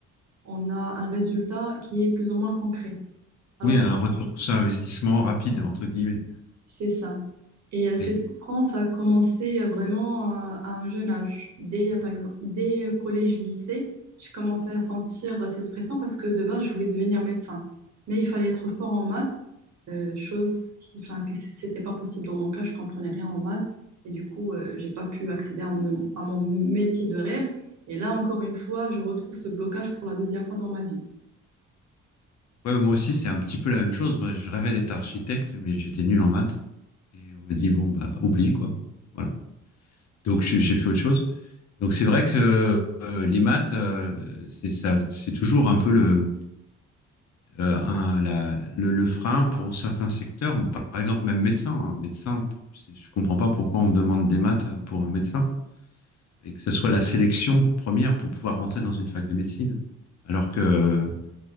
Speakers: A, on the right; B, on the left.
A: on a un résultat qui est plus ou moins concret. Alors
B: oui, un retour sur investissement rapide, entre guillemets.
A: C'est ça. Et euh, cette
B: Et,
A: souffrance a commencé euh, vraiment euh, à un jeune âge. Dès, euh, par exemple, dès euh, collège, lycée, j'ai commencé à sentir euh, cette pression parce que de base, je voulais devenir médecin. Mais il fallait être fort en maths, euh, chose qui, enfin, que c- c'était pas possible dans mon cas, je comprenais rien en maths. Et du coup, euh, j'ai pas pu accéder à mon, à mon métier de rêve. Et là, encore une fois, je retrouve ce blocage pour la deuxième fois dans ma vie.
B: Ouais, moi aussi, c'est un petit peu la même chose. Moi, je rêvais d'être architecte, mais j'étais nul en maths. Et on m'a dit, bon, bah, oublie, quoi. Voilà. Donc, j'ai j'ai fait autre chose. Donc, c'est vrai que euh, les maths, euh, c'est ça, c'est toujours un peu le, euh, un- la- le, le frein pour certains secteurs. Par par exemple, même médecin. Un médecin, c'est- je comprends pas pourquoi on demande des maths pour un médecin. Et que ce soit la sélection première pour pouvoir rentrer dans une fac de médecine. Alors que